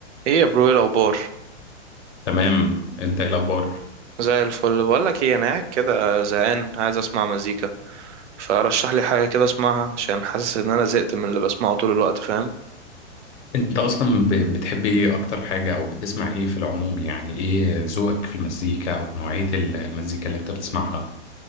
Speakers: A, on the right (about 70°); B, on the left (about 70°).
A: ايه يا برو ايه الاخبار
B: تمام انت ايه الاخبار
A: زي الفل بقول لك ايه انا قاعد كده زهقان عايز اسمع مزيكا فرشح لي حاجه كده اسمعها عشان حاسس ان انا زهقت من اللي بسمعه طول الوقت فاهم
B: انت اصلا ب- بتحب ايه اكتر حاجة او بتسمع ايه في العموم يعني ايه ذوقك في المزيكا او نوعية ال- المزيكا اللي انت بتسمعها